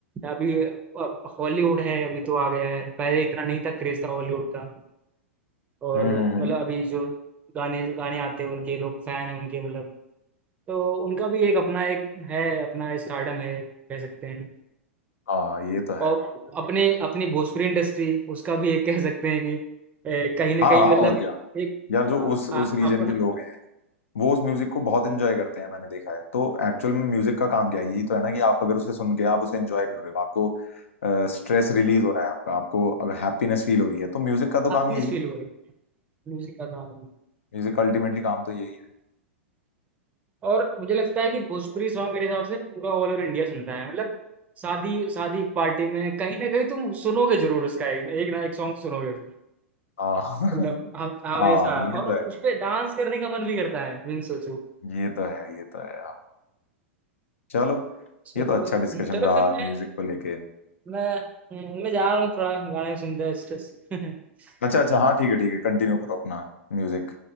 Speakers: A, on the right; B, on the left.
A: अभी हॉलीवुड है अभी तो आ गया है पहले इतना नहीं था क्रेज था हॉलीवुड का और
B: हम्म हम्म, हम्म।
A: मतलब अभी जो गाने गाने आते हैं उनके लोग फैन हैं उनके मतलब तो उनका भी एक अपना एक है अपना स्टारडम है कह सकते हैं
B: हाँ ये तो
A: और
B: है
A: अपने अपनी भोजपुरी इंडस्ट्री उसका भी एक कह सकते हैं कि ए, कहीं ना
B: हाँ
A: कहीं
B: हाँ
A: मतलब
B: और क्या
A: एक
B: यार जो
A: हाँ,
B: उस उस
A: आ-
B: रीजन
A: अपना
B: के लोग हैं वो उस म्यूजिक को बहुत एंजॉय करते हैं मैंने देखा है तो एक्चुअल में म्यूजिक का काम क्या है यही तो है ना कि आप अगर उसे सुन के आप उसे एंजॉय कर रहे हो आपको स्ट्रेस रिलीज हो रहा है आपका आपको अगर हैप्पीनेस फील हो रही है तो म्यूजिक का तो काम
A: अपनेस
B: यही
A: फील
B: है
A: हो रही है म्यूजिक का काम मतलब
B: म्यूजिक अल्टीमेटली काम तो यही है
A: और मुझे लगता है कि भोजपुरी सॉन्ग मेरे हिसाब से पूरा ऑल ओवर इंडिया सुनता है मतलब शादी शादी पार्टी में कहीं ना कहीं तुम सुनोगे जरूर उसका एक ना एक, ना एक सॉन्ग सुनोगे
B: हाँ <laughs>
A: मतलब हम- हमेशा
B: हाँ ये
A: और
B: तो
A: उस
B: है
A: पे डांस करने का मन भी करता है बिन सोचो
B: ये तो है ये तो है हाँ। चलो
A: चलो
B: ये तो अच्छा डिस्कशन
A: चलो
B: रहा
A: फिर मैं
B: म्यूजिक को लेके
A: मैं मैं जा रहा हूँ थोड़ा गाने सुनते हैं स्ट्रेस <laughs>
B: अच्छा अच्छा हाँ ठीक है ठीक है कंटिन्यू करो अपना म्यूजिक